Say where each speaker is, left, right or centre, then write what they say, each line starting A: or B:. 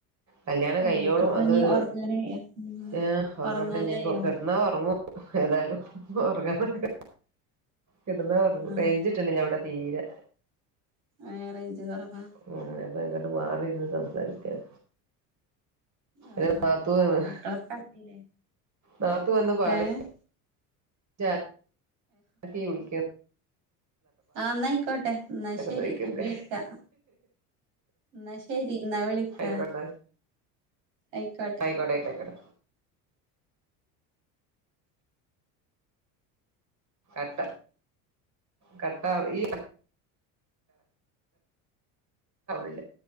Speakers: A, on the right; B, on the right.
A: കല്യാണം കയ്യോളും
B: എന്നിട്ട് ഇപ്പ
A: അതൊരു
B: നീ ഉറങ്ങാനായോ ഉം
A: ഏഹ് ഉറങ്ങട്ടെ
B: ഉറങ്ങാനായോ
A: ന്നിപ്പോ കിടന്നാ ഒറങ്ങു ഏതായലും ഉറങ്ങാനക്ക കിടന്ന
B: ആഹ്
A: ഒറങ്ങു റെയ്ഞ്ച് ട്ട്ട്ട്ണ്ടവടെ തീരെ
B: ഏഹ് റെയ്ഞ്ച് കൊറവാ
A: ങ്ങനെ പ്പങ്ങട് മാറിന്ന് സംസാരിക്കാൻ
B: ആഹ്
A: എഹ് നാത്തൂവന്ന്
B: മക്കളൊക്കെ കടന്നില്ലേ
A: നാത്തൂ വന്ന് പാളി
B: ഏഹ്
A: ഏ <inaudible> ർക്കി വിളിക്ക
B: ആഹ് ന്നായിക്കോട്ടെ ന്നാ ശരി
A: നോയിക്ക്ണ്ട്
B: വിളിക്ക ന്നാ ശരി ന്നാ വിളിക്ക
A: ആയിക്കോട്ടെ
B: ആയിക്കോ
A: യ് ആയ്കോട്ടെ കൊയപ്പല്ല ആട്ടാ കട്ടാവു ഈ <inaudible>